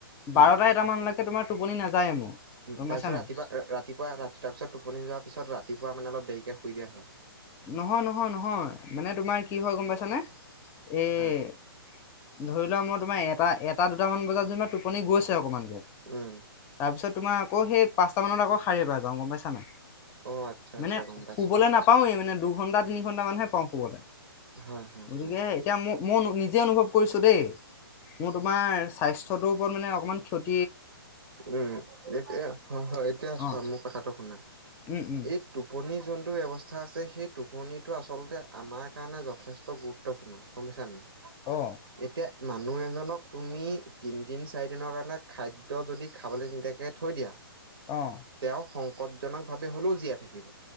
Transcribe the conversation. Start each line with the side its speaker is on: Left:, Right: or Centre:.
Right: হয়।
Left: বাৰটা এটামানলৈকে তোমাৰ টোপনি নাযায়ে মোৰ।
Right: উম,
Left: গম
Right: তাৰপিছত
Left: পাইছা নাই
Right: ৰাতিপুৱা ৰা ৰাতিপুৱা ৰাত তাৰপিছত টোপনি যোৱাৰ পিছত ৰাতিপুৱা মানে অলপ দেৰিকে শুই দিয়া হয়।
Left: নহয় নহয় নহয় মানে তোমাৰ কি হয় গম পাইছানে, এই
Right: হয়,
Left: ধৰি লোৱা, মই তোমাৰ এটা এটা দুটামান বজাত যেনিবা টোপনি গৈছে অকমান।
Right: উম,
Left: তাৰপিছত তোমাৰ আকৌ সেই পাঁচটা মানত আকৌ সাৰে পাই যাওঁ গম পাইছা নে।
Right: অ', আচ্ছা আচ্ছা
Left: মানে
Right: গম পাইছো
Left: শুবলে
Right: হা।
Left: নাপাওঁয়ে মানে দুঘন্টা, তিনি ঘন্টা মানহে পাওঁ শুবলে।
Right: হয় হয়
Left: গতিকে
Right: হয়।
Left: এতিয়া ম ম নিজে অনুভৱ কৰিছোঁ দেই। মোৰ তোমাৰ স্বাস্থ স্থ্যটো ওপৰত মানে অকমান ক্ষত
Right: উম, এতিয়া হয় হয় এতিয়া চোৱা,
Left: অ
Right: মোৰ কথাটো শুনা
Left: উম উম
Right: এই টোপনি যোনটো ব্যৱচ থা আছে, সেই টোপনিটো আচলতে আমাৰ কাৰণে যথেষ্ট গুৰুত্বপূৰ্ণ গম পাইছা নাই।
Left: অ
Right: এতিয়া মানুহ এজনক তুমি তিন দিন চাৰি দিনৰ কাৰণে খাইদ দ্য যদি খাবলে নিদিয়াকে থৈ দিয়া
Left: অ'।
Right: তেওঁ সংকটজনক ভাৱে হ'লেও জীয়াই থাকিব।